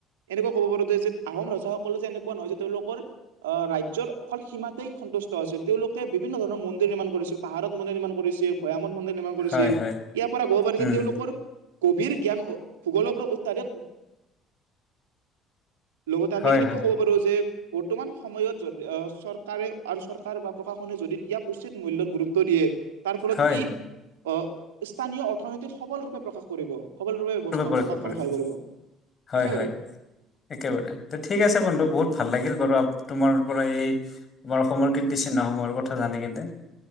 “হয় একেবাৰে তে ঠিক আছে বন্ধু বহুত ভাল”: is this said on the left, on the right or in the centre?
Left